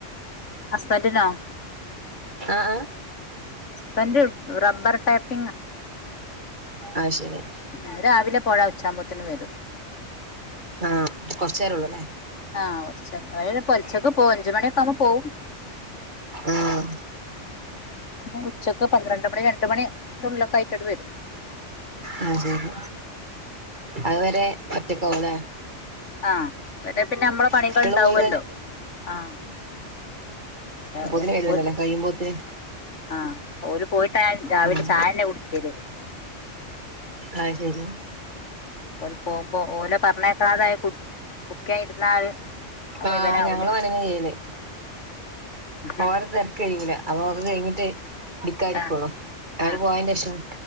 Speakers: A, on the left; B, on the right.
A: ഹസ്ബന്റിനോ
B: ആഹ് ആഹ്
A: ഹസ്ബന്റ് റബ്ബർ ടാപ്പിംങാ
B: ആഹ് ശരി
A: ഉം രാവില പോഴ ഉച്ചാപ്പോത്തെന് വെരും
B: ആഹ് കൊറച്ചേരം ഉള്ള്ല്ലേ
A: ആഹ് കൊറച്ച് നേരം <unintelligible> പൊൽച്ചക്ക് പോം. അഞ്ചുമണിയൊക്ക ആവുമ്പ പോവും
B: ആഹ്
A: ഉം ഉച്ചക്ക് പന്ത്രണ്ട് മണി രണ്ട് മണി ൻ്റെ ഉള്ള്ലൊക്കായിട്ട് <unintelligible> വെരും
B: ആഹ് ശരി അത് വരെ ഒറ്റക്കാവുല്ലേ
A: ആഹ് വെരെ പിന്ന അമ്മള പണികൾ
B: കുട്ടികള്
A: ഇണ്ടാവു
B: പോയി കഴിഞ്ഞ
A: അല്ലോ ആഹ് പിന്നെ
B: അപ്പൊത്തിന് വരുവല്ലോ
A: ഓല്
B: അല്ലെ കയ്യും പോത്തിന്
A: ആഹ് ഓര് പോയിട്ടാ രാവില
B: ഉം
A: ചായന്നെ കുടിക്കല്
B: ആഹ് ശരി
A: ഓല് പോകുമ്പോ ഓലെ പറഞ്ഞേക്കാതായ കു കുടിക്കൻ ഇരുന്നാല് അത് മുഴുവനാവൂല
B: ആഹ് ഞങ്ങള് വനന ചെയ്യല്
A: ആഹ്
B: ഓരെ തരക്ക് കഴിയൂല അപ്പൊ അത് കഴിഞ്ഞിട്ട് ഇടിക്കാരിക്കോള്ളൂ
A: ആഹ്
B: അവര്
A: ആഹ്
B: പോയന്റെ ശേഷം